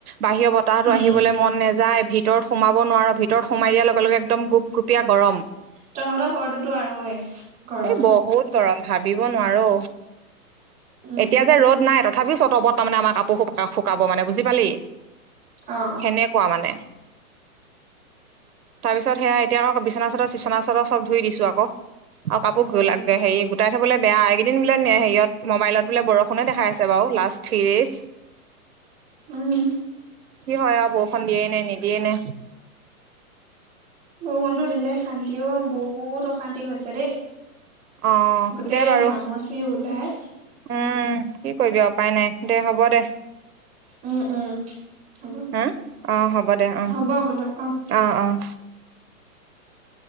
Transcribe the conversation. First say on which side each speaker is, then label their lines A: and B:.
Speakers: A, on the right; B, on the right.
A: বাহিৰৰ বতাহটো
B: উম
A: আহিবলৈ মন নাযায় ভিতৰত সোমাব নোৱাৰো ভিতৰত সোমাই দিয়াৰ লগে লগে একদম গুপ গুপ গুপ গুপীয়া গৰম
B: তহঁতৰ ঘৰটোতো আৰু এ গৰম
A: এই বহুত গৰম ভাবিব নোৱাৰো
B: উম
A: এতিয়া যে ৰ'দ নাই তাত তথাপি চত ওপৰত তাৰমানে আমাৰ কাপোৰ শু শুকাব মানে বুজি পালি।
B: অ
A: সেনেকুৱা মানে তাৰপিছত সেয়া এতিয়া আকৌ বিচনা চাদৰ চিচনা চাদৰ চব ধই দিছো আকৌ আৰু কাপোৰ
B: উম
A: হেৰি গোটাই থবলৈ বেয়া এইকেইদিন বোলে নিয় হেৰিয়ত মোবাইলত বোলে বৰষুণে দেখাই আছে বাৰু লাষ্ট থ্ৰী এইজ।
B: উম।
A: হয় আৰু বৰষুখন দিয়ে নাই নিদিয়ে নে।
B: বৰষুণটো দিলে শান্তি ও বহুত অশান্তি হৈছে দেই।
A: অ
B: গোটেই
A: দে বাৰু
B: ঘামচি ওলাই।
A: উম কি কৰিবি উপায় নাই দে হ'ব দে।
B: উম উম হ'ব
A: হা অ হ'ব দে অ
B: হ'ব বোলো অহ।
A: অ অ
B: <inaudible>